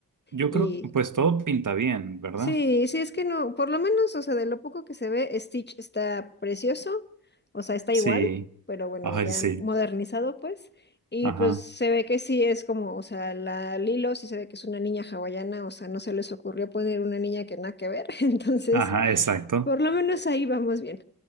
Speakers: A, on the right; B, on the left.
A: Yo
B: Y
A: creo que pues todo pinta bien, ¿verdad?
B: Sí, sí, es que no, por lo menos, o sea, de lo poco que se ve, Stitch está precioso, o sea, está
A: Sí.
B: igual, pero bueno,
A: Ay,
B: ya
A: sí.
B: modernizado, pues, y
A: Ajá.
B: pues se ve que sí es como, o sea, la Lilo sí se ve que es una niña hawaiana, o sea, no se les ocurrió poner una niña que nada que ver, <laughs> entonces,
A: Ajá, exacto.
B: por lo menos ahí vamos bien.